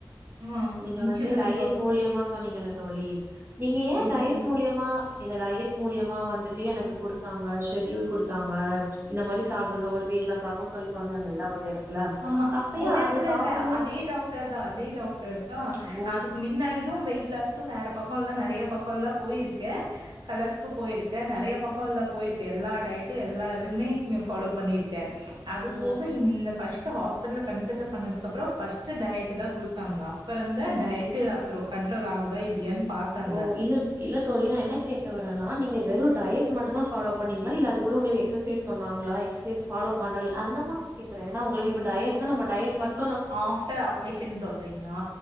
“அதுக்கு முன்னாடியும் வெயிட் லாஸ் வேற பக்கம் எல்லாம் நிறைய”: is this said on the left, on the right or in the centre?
Right